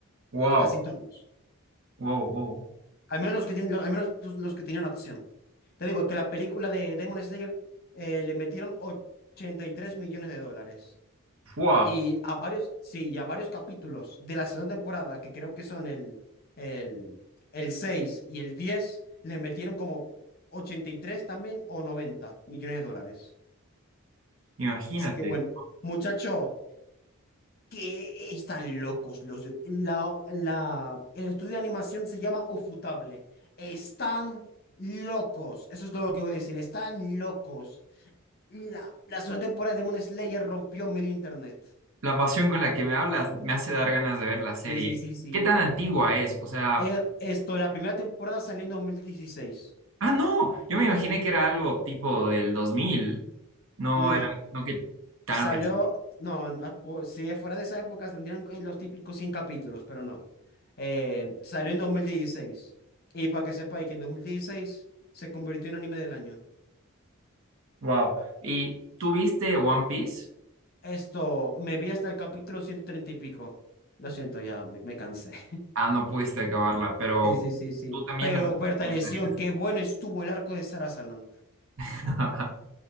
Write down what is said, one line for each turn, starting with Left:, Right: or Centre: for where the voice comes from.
Right: Wow,
Left: a casi todos.
Right: wow, wow.
Left: Al menos los que, tienen- los- al menos los, los que tenían acción. Te digo que la película de Demon Slayer eh, le metieron 83 millones de dólares.
Right: Fua,
Left: Y a varios, sí, y a varios capítulos de la segunda temporada, que creo que son el, el, el 6 y el diez le metieron como 83 también o 90 millones de dólares.
Right: imagínate.
Left: Así que bueno, muchacho, que están locos los de- la, la, el estudio de animación se llama Ofutable. Están locos. Eso es todo lo que voy a decir. Están locos. La, la segunda temporada de Demon Slayer rompió medio internet.
Right: La pasión con la que me hablas me hace dar ganas de ver la serie.
Left: Sí, sí, sí, sí.
Right: ¿Qué tan antigua es? O sea,
Left: Eh, esto, la primera temporada salió en dos mil dieciséis
Right: ah, no, yo me imaginé que era algo tipo del 2000. No
Left: No,
Right: era, no que tan
Left: salió,
Right: reciente.
Left: no, no, po- si fuera de esa época tendrían eh, los típicos 100 capítulos, pero no. Eh, salió en dos mil dieciséis Y para que sepáis que en 2016 se convirtió en anime del año.
Right: Wow. ¿Y tú viste One Piece?
Left: Esto, me vi hasta el capítulo 130 y pico. Lo siento, ya me, me cansé. <laughs>
Right: Ah, no pudiste acabarla, pero
Left: Sí, sí, sí, sí.
Right: tú también
Left: Pero
Right: la recomendarías.
Left: Berta Lesión, qué bueno estuvo el arco de Sarasaland.
Right: <laughs>